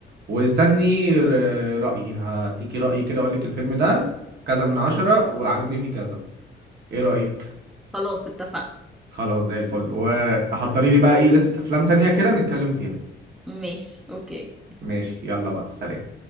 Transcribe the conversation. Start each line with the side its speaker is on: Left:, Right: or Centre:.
Right: واستني ر- رأيي هديكي رأيي كده اقول لك الفيلم ده كذا من عشرة وعجبني فيه كذا ايه رأيك
Centre: خلاص اتفقنا
Right: خلاص زي الفل وحضري لي بقى ايه لستة افلام تانية كده نتكلم فيها
Centre: ماشي اوكي
Right: ماشي يلا بقى سلام